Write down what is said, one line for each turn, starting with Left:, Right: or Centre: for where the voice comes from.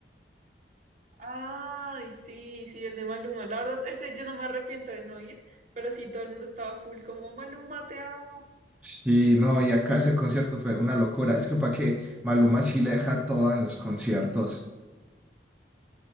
Right: Ay, sí, sí, el de Maluma. La verdad, ese yo no me arrepiento de no ir, pero sí, todo el mundo estaba full como, Maluma, te amo.
Centre: Sí, no, y acá ese concierto fue una locura. Es que para qué, Maluma sí le deja toda en los conciertos.